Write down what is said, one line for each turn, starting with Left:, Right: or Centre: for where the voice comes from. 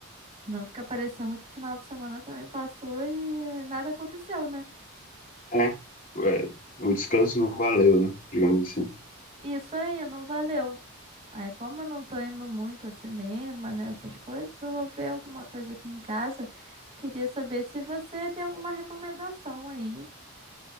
Right: Não fica parecendo que o final de semana também passou e nada aconteceu, né?
Left: É, é, o descanso não valeu, né? Digamos assim.
Right: Isso aí, não valeu. Aí, como eu não tô indo muito a cinema, né, essas coisas, eu vou ver alguma coisa aqui em casa. Queria saber se você tem alguma recomendação aí.